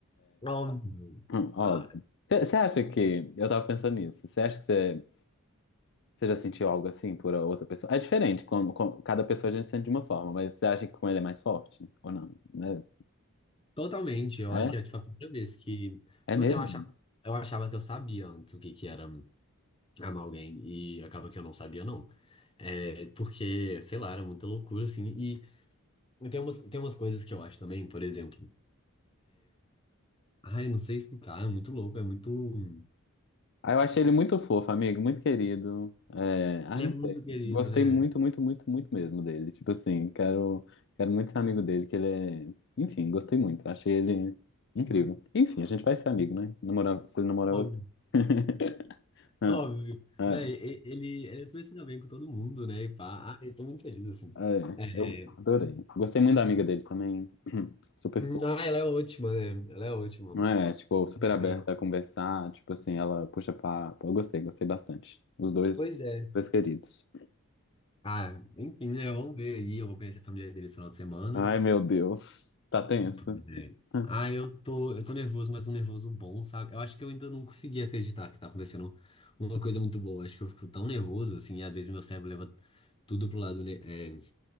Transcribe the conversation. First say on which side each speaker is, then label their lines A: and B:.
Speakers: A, on the left (about 25°); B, on the left (about 50°).
A: óbvio.
B: Hum, Óbvio.
A: Ah,
B: Você acha que. Eu tava pensando nisso. Você acha que você. já sentiu algo assim por outra pessoa? É diferente, como, como- cada pessoa a gente sente de uma forma, mas você acha que com ele é mais forte? Ou não? Né?
A: Totalmente, eu
B: É?
A: acho que é tipo a primeira vez que.
B: É
A: Tipo
B: mesmo?
A: assim, eu achava, eu achava que eu sabia antes o que que era. amar alguém e acaba que eu não sabia não. É, porque, sei lá, era muita loucura assim. E tem umas, tem umas coisas que eu acho também, por exemplo, ah, eu não sei explicar, é muito louco, é muito.
B: Ah, eu achei ele muito fofo, amigo, muito querido. É, ah,
A: Ele
B: não
A: é muito
B: sei.
A: querido,
B: Gostei
A: né?
B: muito, muito, muito, muito mesmo dele. Tipo assim, quero, quero muito ser amigo dele, que ele é. Enfim, gostei muito. Achei ele incrível. Enfim, a gente vai ser amigo, né? Namorar, se ele namorar
A: Óbvio,
B: você. <laughs> Ah,
A: óbvio.
B: ah,
A: Véi, e- ele, ele é super se dá bem com todo mundo, né? E pá, ah, eu tô muito feliz assim.
B: ah, é,
A: É,
B: eu adorei. Gostei muito da amiga dele também. <clears throat> Super
A: não,
B: fofa.
A: ela é ótima, né? Ela é ótima.
B: Não é? Tipo, super
A: É,
B: aberta a conversar. Tipo assim, ela puxa papo. Eu gostei, gostei bastante. Os dois,
A: pois é.
B: dois queridos.
A: Ah, enfim, né? Vamos ver aí. Eu vou conhecer a família dele esse final de semana.
B: Ai, meu Deus. Tá tenso.
A: Pois é.
B: <laughs>
A: Ah, eu tô, eu tô nervoso, mas um nervoso bom, sabe? Eu acho que eu ainda não consegui acreditar que tá acontecendo uma coisa muito boa. Acho que eu fico tão nervoso, assim, e às vezes meu cérebro leva tudo pro lado, né, é,